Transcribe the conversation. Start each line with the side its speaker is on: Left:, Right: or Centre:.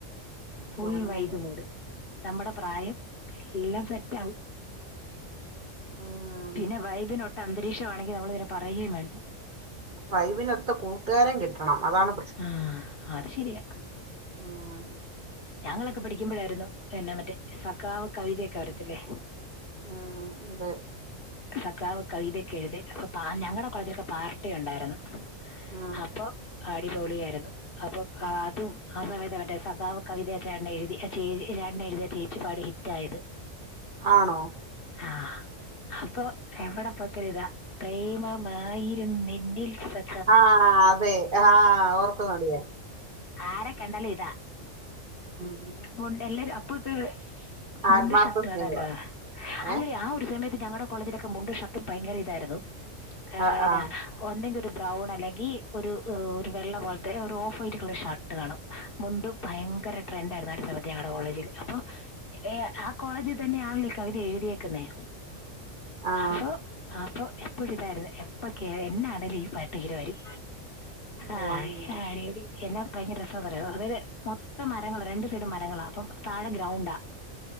Left: ഫുൾ
Right: ഓ അങ്ങനെ
Left: വൈബ് മൂഡ്. നമ്മടെ പ്രായം എല്ലാം സെറ്റാവും
Right: ഉം
Left: പിന്നെ വൈബിനൊട്ട അന്തരീക്ഷം ആണെങ്കിൽ നമ്മള് പിന്ന പറയും വേണ്ടാ
Right: ഡ്രൈവിനൊത്ത കൂട്ടുകാരൻ കിട്ടണം അതാണ്
Left: ആഹ് അത് ശരിയാ
Right: ആഹ്
Left: ഞങ്ങളൊക്കെ പഠിക്കുമ്പോഴാരുന്നു പിന്നെ മറ്റേ സഖാവ് കവിതയൊക്കെ വരത്തില്ലേ
Right: ഉം അതെ
Left: സഖാവ് കവിതയൊക്കെ എഴുതി അപ്പ പാ ഞങ്ങടെ കോളേജിലൊക്കെ പാർട്ടി ഒണ്ടായിരുന്നു
Right: ഉം
Left: അപ്പൊ അടിപൊളിയായിരുന്നു. അപ്പൊ അതും ആ സമയത്താ മറ്റെ സഖാവ് കവിത ആ ചേട്ടനെഴുതി ആ ചേ ചേട്ടനെഴുതി ആ ചേച്ചി പാടി ഹിറ്റായത്
Right: ആണോ
Left: ആഹ് അപ്പൊ എവിടെ പോയേച്ചാലും ഇതാ, പ്രേമമായിരുന്നെന്നിൽ സ
Right: ആഹ് അതെ ആഹ് ഓർക്കുന്നുണ്ട് ഞാൻ
Left: ആരെ കണ്ടാലും ഇതാ
Right: ആഹ്
Left: മുണ്ട്, എല്ലാരും അപ്പത്തെ മുണ്ടും
Right: ആത്മാർത്ഥ
Left: ഷർട്ടും
Right: സ്നേഹവാ
Left: ആണല്ലോ. അല്ലടീ
Right: ഏഹ്
Left: ആ ഒരു സമയത്ത് ഞങ്ങടെ കോളേജിലൊക്കെ മുണ്ടും ഷർട്ടും ഭയങ്കര ഇതായിരുന്നു, ഏഹ്
Right: ആഹ്
Left: എന്നാ
Right: ആഹ്
Left: ഒന്നങ്കി ഒരു ബ്രൗണ് അല്ലെങ്കി ഒരു ഒരു വെള്ള പോൽത്തെ ഒരു ഓഫ് വൈറ്റ് കളർ ഷർട്ട് കാണും മുണ്ടും ഭയങ്കര ട്രെൻഡായിരുന്നു ആ ഒരു സമത്ത് ഞങ്ങടെ കോളേജില്, അപ്പൊ ഏഹ് ആ കോളേജിൽ തന്നെയാണല്ലോ ഈ കവിത എഴുതിയേക്കുന്നേ
Right: ആഹ്
Left: അപ്പൊ അപ്പൊ എപ്പോഴുതായിരുന്നു എപ്പൊക്കെ എന്നാണേലും ഈ പാട്ടിങ്ങനെ വരും. ആഹ്
Right: ഓഹ് അങ്ങനെ
Left: <unintelligible> എന്നാ ഭയങ്കര രസാന്നറിയോ. അതായത് മൊത്തം മരങ്ങളാ, രണ്ട് സൈഡും മരങ്ങളാ, അപ്പൊ താഴെ ഗ്രൗണ്ടാ